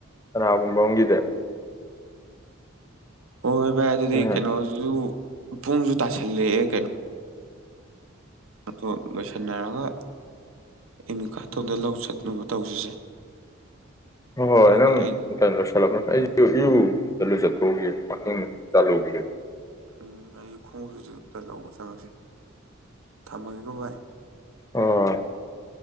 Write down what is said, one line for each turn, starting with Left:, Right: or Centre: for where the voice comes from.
Left: ꯀꯅꯥꯒꯨꯝꯕ ꯑꯝꯒꯤ
Right: ꯍꯣꯏꯣꯏ ꯚꯥꯏ ꯑꯗꯨꯗꯤ
Left: ꯎꯝ
Right: ꯀꯩꯅꯣꯁꯨ ꯄꯨꯡꯁꯨ ꯇꯥꯁꯜꯂꯛꯑꯦ ꯀꯩꯅꯣ ꯗꯣ ꯂꯣꯏꯁꯟꯅꯔꯒ ꯏꯃꯤꯀꯥꯇꯣꯟꯗ ꯂꯧ ꯆꯠꯅꯕ ꯇꯧꯁꯤꯁꯦ
Left: ꯍꯣꯏ
Right: ꯑꯗꯨꯒ
Left: ꯅꯪ
Right: ꯑꯩ
Left: ꯀ ꯁꯅ ꯑꯩꯁꯨꯨ ꯆꯠꯂꯨ ꯆꯠꯊꯣꯛꯒꯦ ꯄꯊꯡ ꯆꯥꯂꯨꯈꯤꯗꯦ
Right: ꯎꯝ ꯑꯩ ꯈꯣꯡꯎꯞꯁꯨ ꯂꯧꯕ ꯆꯪꯉꯛꯁꯤ ꯊꯝꯃꯒꯦꯀꯣ ꯚꯏ
Left: ꯍꯣꯏ